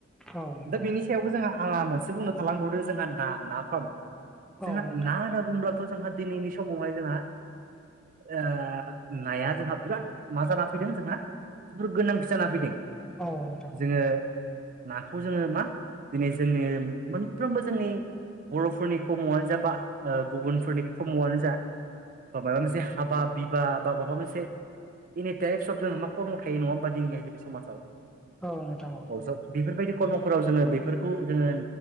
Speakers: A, in the centre; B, on the right.
A: औ नोंथां
B: दा बेनि सायावबो जोंहा आंहा मोनसे बुंनो थालांबावदो जोंहा ना ना फार्म
A: औ
B: जोंहा
A: नोंथां
B: ना होनना बुंब्लाथ' जोंहा दिनैनि समावहाय जोंहा ओ नाया जोंहा बिराद मा जाना फैदों जोंहा बेफोर गोनांथि जाना फैदों
A: औ नोंथां
B: जोङो नाखौ जोङो मा दिनै जोंनि मोनफ्रोमबो जोंनि बर'फोरनि खर्मआनो जा बा गुबुनफोरनि खर्मआनो जा ब माबा मोनसे हाबा बिबा बा माबा मोनसे एनि टाइपस अफ जों मा कर्मल थायो नङा होमबा जोंनि जनि समाजाव।
A: औ नोंथां औ।
B: औ सार बेफोरबायदि कर्मफोराव जोङो बेफोरखौ जोङो